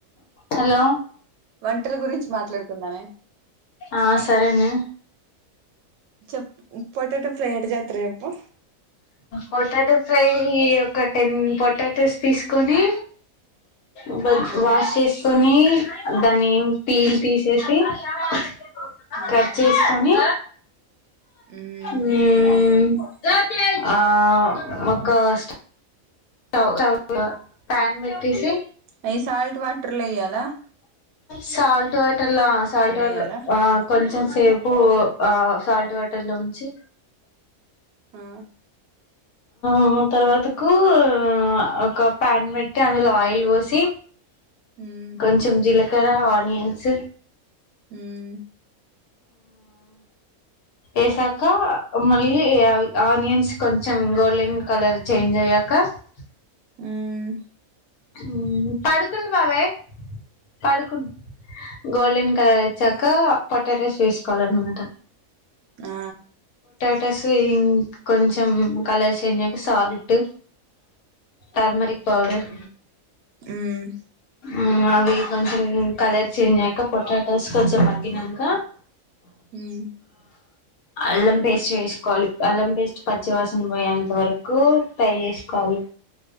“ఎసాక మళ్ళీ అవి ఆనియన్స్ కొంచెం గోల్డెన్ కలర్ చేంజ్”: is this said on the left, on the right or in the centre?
Left